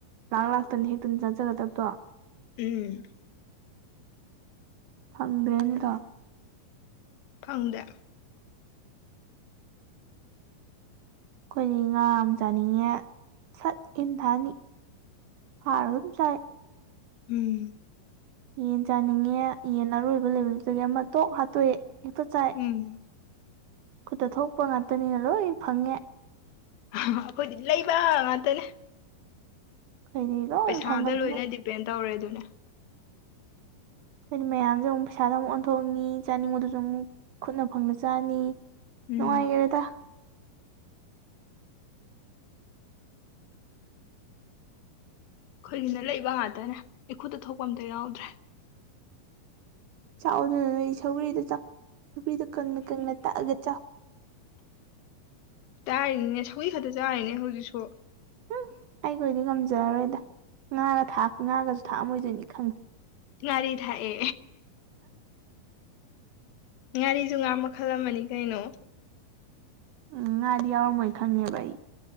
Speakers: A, on the right; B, on the left.
A: ꯂꯥꯛ ꯂꯥꯛꯇꯅ ꯍꯦꯛꯇꯅ ꯆꯖꯥꯒꯗꯕꯗꯣ
B: ꯎꯝ
A: ꯐꯪꯗ꯭ꯔꯦꯅꯦꯗꯣ
B: ꯐꯪꯗꯦ
A: ꯑꯩꯈꯣꯏꯗꯤ ꯉꯥ ꯑꯃ ꯆꯥꯅꯤꯡꯉꯦ ꯁꯠ ꯏꯟꯊꯥꯅꯤ ꯐꯥꯎꯔꯒ ꯑꯗꯨꯝ ꯆꯥꯏ
B: ꯎꯝ
A: ꯌꯦꯟ ꯆꯥꯅꯤꯡꯉꯦ ꯌꯦꯟ ꯑꯔꯣꯏꯕ ꯂꯦꯕꯗꯨꯗꯒꯤ ꯑꯃ ꯇꯣꯛ ꯍꯥꯠꯇꯣꯛꯑꯦ ꯍꯦꯛꯇ ꯆꯥꯏ
B: ꯎꯝ
A: ꯈꯨꯠꯇ ꯊꯣꯛꯄ ꯉꯥꯛꯇꯅꯤꯅ ꯂꯣꯏ ꯐꯪꯉꯦ
B: ꯑꯩꯈꯣꯏꯗꯤ ꯂꯩꯕ ꯉꯥꯛꯇꯅꯦ
A: ꯑꯩꯗꯤ ꯂꯣꯏ
B: ꯄꯩꯁꯥꯗ
A: ꯐꯪꯉꯕꯅꯤꯅ
B: ꯂꯣꯏꯅ ꯗꯤꯄꯦꯟ ꯇꯧꯔꯦ ꯑꯗꯨꯅꯦ
A: ꯑꯩꯈꯣꯏꯗꯤ ꯃꯌꯥꯝꯁꯦ ꯑꯃꯨꯛ ꯄꯩꯁꯥꯗ ꯑꯃꯨꯛ ꯑꯣꯟꯊꯣꯛꯑꯅꯤ ꯆꯥꯅꯤꯡꯕꯗꯨꯁꯨ ꯑꯃꯨꯛ ꯈꯨꯠꯅ ꯐꯪꯅ ꯆꯥꯅꯤ
B: ꯎꯝ
A: ꯅꯨꯡꯉꯥꯏꯒꯔꯦꯗ
B: ꯑꯩꯈꯣꯏꯒꯤꯅ ꯂꯩꯕ ꯉꯥꯛꯇꯅꯦ ꯏꯈꯨꯠꯇ ꯊꯣꯛꯄ ꯑꯝꯇ ꯌꯥꯎꯗ꯭ꯔꯦ
A: ꯆꯥꯎ ꯑꯗꯨꯅ ꯅꯣꯏ ꯁꯒ꯭ꯔꯤꯗꯣ ꯆꯥꯎ ꯁꯒ꯭ꯔꯤꯗꯣ ꯀꯪꯅ ꯀꯪꯅ ꯇꯛꯑꯒ ꯆꯥꯎ
B: ꯆꯥꯔꯤꯅꯤꯅꯦ ꯁꯧꯒ꯭ꯔꯤ ꯈꯛꯇ ꯆꯥꯔꯤꯅꯦ ꯍꯧꯖꯤꯛꯁꯨ
A: ꯍꯨꯝ ꯑꯩꯒꯑꯣꯏꯗꯤ ꯉꯝꯖꯔꯔꯣꯏꯗ ꯉꯥꯒ ꯊꯥꯛ ꯉꯥꯒꯁꯨ ꯊꯥꯛꯑꯝꯃꯣꯏꯗꯣꯏꯅꯤ ꯈꯪꯉꯤ
B: ꯉꯥꯔꯤ ꯊꯥꯛꯑꯦ ꯉꯥꯔꯤꯁꯨ ꯉꯥ ꯃꯈꯜ ꯑꯃꯅꯤ ꯀꯩꯅꯣ
A: ꯎꯝ ꯉꯥꯗꯤ ꯌꯥꯎꯔꯝꯃꯣꯏ ꯈꯪꯉꯦꯕ ꯑꯩ